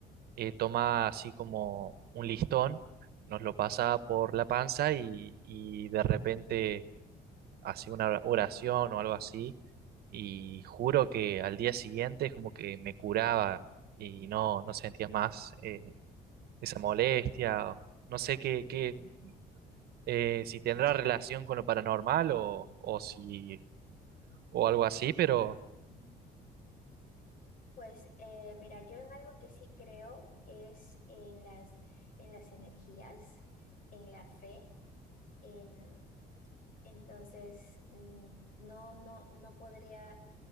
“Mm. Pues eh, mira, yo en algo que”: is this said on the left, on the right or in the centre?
Left